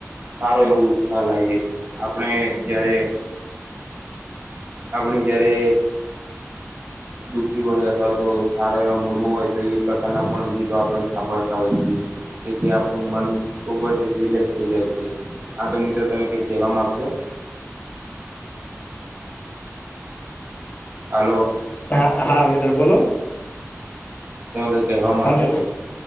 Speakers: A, on the right (about 40°); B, on the left (about 30°).
A: સારો એવો ઉત્સાહ લાવી દે છે. આપણે જયારે, આપણી જયારે, દુઃખી હોય અથવા તો સારા એવા મૂળમાં હોય તો એ પ્રકારનાં પણ ગીતો આપણે સાંભળતા હોય <inaudible> એથી આપણું મન, ખુબ જ રિલેક્સ થઇ જાય છે, હા તો મિત્ર તમે કઈક કહેવા માંગશો? હલો.
B: હા હા મિત્ર બોલો.
A: તમે કઈ કહેવા માંગશો
B: હલો.